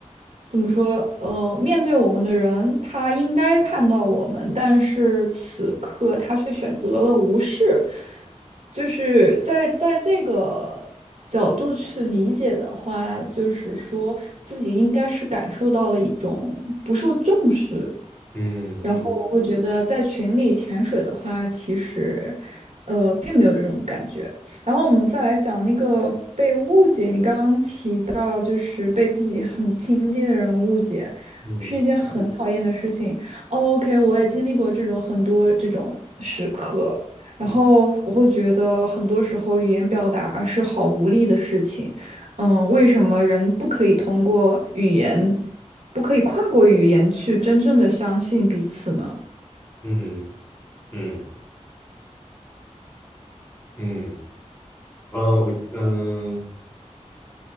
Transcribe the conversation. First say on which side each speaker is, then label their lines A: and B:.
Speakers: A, on the right; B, on the left.
A: 怎么说，呃，面对我们的人，他应该看到我们，但是此刻他却选择了无视，就是在在这个角度去理解的话，就是说自己应该是感受到了一种不受重视。
B: 嗯嗯
A: 然后我会觉得在群里潜水的话，其实，呃，并没有这种感觉。然后我们再来讲那个被误解，你刚刚提到就是被自己很亲近的人误解，
B: 嗯
A: 是一件很讨厌的事情。OK，我也经历过这种很多这种时刻，然后我会觉得很多时候语言表达是好无力的事情。
B: 嗯
A: 嗯，为什么人不可以通过语言？不可以跨过语言去真正的相信彼此呢？
B: 嗯嗯嗯，呃，我嗯、